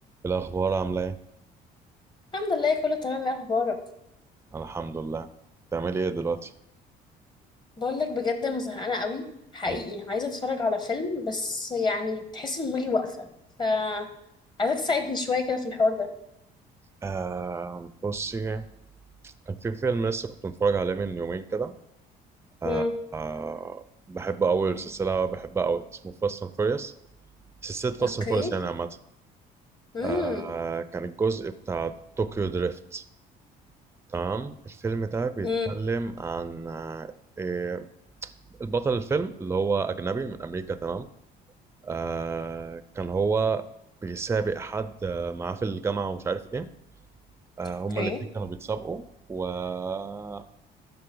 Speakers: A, on the right; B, on the left.
A: الأخبار عاملة إيه؟
B: الحمد لله كله تمام ايه اخبارك
A: الحمد لله بتعملي إيه دلوقتي؟
B: بقول لك بجد انا زهقانه قوي حقيقي
A: مم.
B: عايزه اتفرج على فيلم بس يعني تحس ان دماغي واقفه ف عايزك تساعدني شويه كده في الحوار ده
A: آه بصي كان في فيلم لسه كنت متفرج عليه من يومين كده آه
B: امم
A: آه بحب أوي السلسلة بحبها أوي اسمه فاست أند فيريوس سلسلة فاست
B: اوكي
A: أند فيريوس يعني عامة
B: امم
A: آه كان الجزء بتاع طوكيو دريفت تمام الفيلم ده بيتكلم
B: امم
A: عن آه إيه، البطل الفيلم اللي هو أجنبي من أمريكا تمام آه كان هو بيسابق حد آه، معاه في الجامعة ومش عارف إيه آه،
B: اوكي
A: هما الاتنين كانوا بيتسابقوا وكان